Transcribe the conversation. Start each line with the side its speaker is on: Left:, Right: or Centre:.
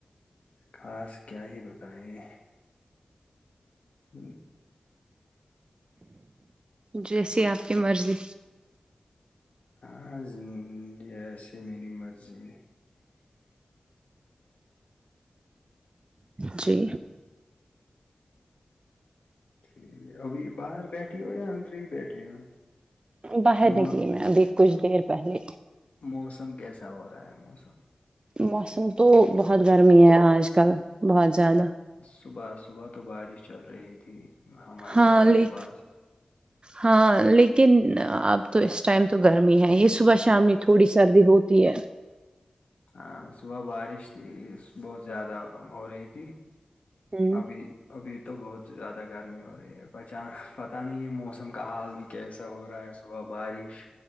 Left: خاص کیا ہی بتائیں ہ
Right: جیسی آپ کی مرضی
Left: ہاں زندی ایسے میری مرضی میں
Right: جی
Left: ٹھیک ہے ابھی باہر بیٹھی ہو یا اندر ہی بیٹھی ہو
Right: باہر
Left: مو
Right: نکلی میں ابھی کچھ دیر پہلے
Left: موسم کیسا ہو رہا ہے موسم
Right: موسم تو بہت گرمی ہے آج کل بہت زیادہ
Left: صبح صبح تو بارش چل رہی تھی ہمارے
Right: ہاں
Left: سائڈ میں
Right: ع
Left: بس
Right: ہاں لیکن اب تو اس ٹائم تو گرمی ہے یہ صبح شام میں تھوڑی سردی ہوتی ہے
Left: ہاں صبح بارش تھی بہت زیادہ ہو رہی تھی
Right: ہوں
Left: ابھی ابھی تو بہت زیادہ گرمی ہو رہی ہے پہچان پتہ نہیں ہے موسم کا حال بھی کیسا ہو رہا ہے صبح بارش